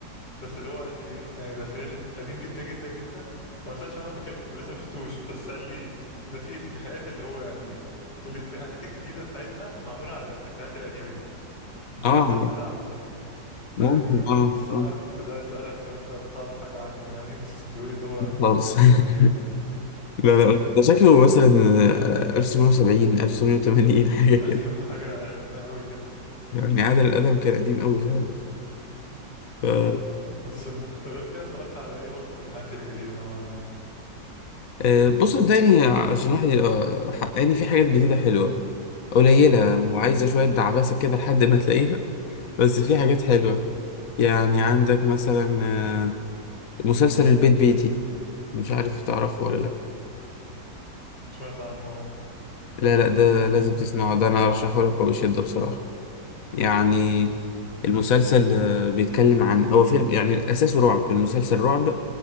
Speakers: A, on the left; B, on the left.
A: بس اللي هو قال لي ايه يعني ده فيلم قديم جدا جدا جدا انا ما سمعتش عنه قبل كده ولسه ما شفتوش بس قال لي ده فيه افيهات اللي هو يعني الافيهات الجديدة بتاعتنا معمولة على الافيهات القديمة دي ده
B: اه
A: الأساس بتاعها بقى فيعني
B: ممكن اه
A: الصراحة
B: اه
A: كنت عايز أسألك لو أنت تعرف حاجة عنه يعني بس بيقول إن هو
B: خالص <laughs>
A: فيلم جامد يعني
B: لا
A: أيوه
B: لا ده شكله مثلا آه، 1970 1980 حاجة كده
A: أيوه حاجة قديمة أوي كده
B: يعني عادل الأدب كان قديم قوي فعلا ف-
A: أيوه بس غير كده اتفرجت على إيه برضه من الحاجات الجديدة نوعا ما
B: آه، بص صدقني عشان الواحد يبقى حقاني في حاجات جديدة حلوة قليلة
A: مم.
B: وعايزة شوية دعبسة كده لحد ما تلاقيها بس في حاجات حلوة يعني عندك مثلا آه، مسلسل البيت بيتي مش عارف تعرفه ولا لأ
A: سمعت عنه
B: لا لا ده لازم تسمعه ده أنا أرشحه لك وبشدة بصراحة يعني
A: مم.
B: المسلسل آه، بيتكلم عن هو فيلم يعني أساسه رعب المسلسل رعب